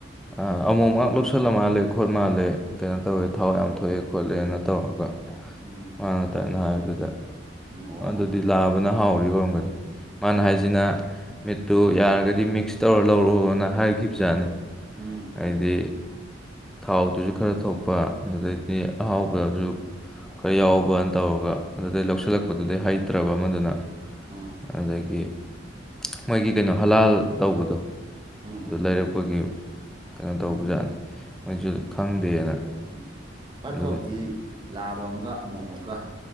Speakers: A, in the centre; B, on the right.
A: ꯑ ꯑꯃꯣꯝ ꯉꯥꯛ ꯂꯧꯁꯜꯂꯃꯥꯜꯂꯦ ꯈꯣꯠ ꯃꯥꯜꯂꯦ ꯀꯩꯅꯣ ꯇꯧꯋꯦ ꯊꯥꯎ ꯌꯥꯝ ꯊꯣꯛꯑꯦ ꯈꯣꯠꯂꯦꯅ ꯇꯧꯔꯒ
B: ꯎꯝ
A: ꯃꯥꯅ ꯑꯗꯥꯏꯅ ꯍꯥꯏꯕꯗꯨꯗ
B: ꯑꯣ
A: ꯑꯗꯨ ꯑꯗꯨ ꯂꯥꯕꯅ ꯍꯥꯎꯔꯤ ꯑꯣꯏꯔꯝꯒꯅꯤ ꯃꯥꯅ ꯍꯥꯏꯁꯤꯅ ꯃꯤꯠꯇꯨ ꯌꯥꯔꯒꯗꯤ ꯃꯤꯛꯁ ꯇꯧꯔ ꯂꯧꯔꯛꯎꯅ ꯍꯥꯏꯒꯤꯕꯖꯥꯠꯅꯤ
B: ꯎꯝ
A: ꯍꯥꯏꯗꯤ ꯊꯥꯎꯗꯨꯁꯨ ꯈꯔ ꯊꯣꯛꯄ ꯑꯗꯨꯗꯩꯗꯤ ꯑꯍꯥꯎꯕ ꯑꯗꯨ ꯈꯔ ꯌꯥꯎꯕꯅ ꯇꯧꯔꯒ ꯑꯗꯨꯗꯩ ꯂꯧꯁꯤꯜꯂꯛꯄꯗꯨꯗꯩ
B: ꯎꯝ
A: ꯍꯩꯇ꯭ꯔꯕ ꯑꯃꯗꯨꯅ
B: ꯎꯝ
A: ꯑꯗꯒꯤ ꯃꯣꯏꯒꯤ ꯀꯩꯅꯣ ꯍꯂꯥꯜ ꯇꯧꯕꯗꯣ
B: ꯎꯝ
A: ꯑꯗꯨ
B: ꯎꯝ
A: ꯂꯩꯔꯛꯄꯒꯤ ꯀꯩꯅꯣ ꯇꯧꯕ ꯖꯥꯠꯅꯤ ꯃꯣꯏꯁꯨ
B: ꯑꯣ
A: ꯈꯪꯗꯦꯅ
B: ꯎꯝ ꯈ꯭ꯋꯥꯏ
A: ꯑꯗꯨꯝ
B: ꯐꯕꯗꯤ ꯂꯥꯕ ꯑꯃꯒ ꯑꯃꯣꯝ ꯑꯃꯝꯒ